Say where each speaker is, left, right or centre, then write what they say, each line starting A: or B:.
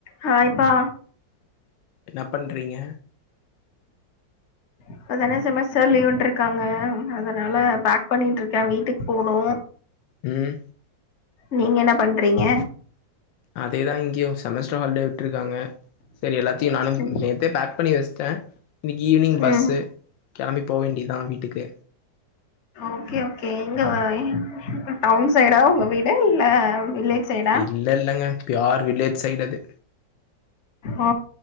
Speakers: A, on the left; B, on the left.
A: ஹாய்ப்பா
B: என்ன பண்றீங்க
A: இப்பதான செமஸ்டர் லீவுட்டுருக்காங்க அதனால பேக் பண்ணிகிட்டுருக்க வீட்டுக்கு போனு
B: ம்
A: நீங்க என்ன பண்றீங்க
B: அதேதா இங்கியு செமஸ்டர் ஹாலிடே விட்டுருக்காங்க சரி எல்லாத்தையு நானும்
A: சரி.
B: நேத்தே பேக் பண்ணி வச்சிட்ட இன்னிக்கு ஈவினிங் பஸ்சு
A: ம்
B: கெளம்பி போ வேண்டியதா வீட்டுக்கு
A: ஓகே ஓகே எங்க எங் டவுன் சைடா உங்க வீடு இல்லை வில்லேஜ் சைடா
B: இல்ல இல்லங்க ப்யார் வில்லேஜ் சைடு அது
A: ஓ